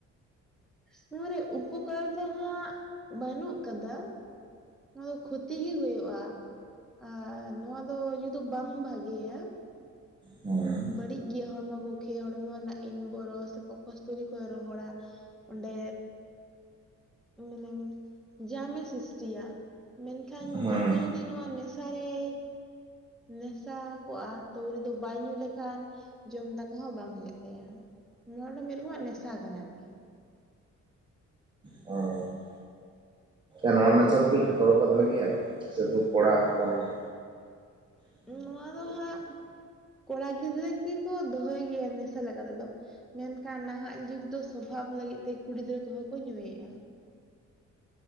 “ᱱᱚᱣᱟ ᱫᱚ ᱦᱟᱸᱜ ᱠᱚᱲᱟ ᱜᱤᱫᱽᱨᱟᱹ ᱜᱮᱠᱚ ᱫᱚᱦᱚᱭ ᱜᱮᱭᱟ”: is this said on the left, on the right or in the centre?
Centre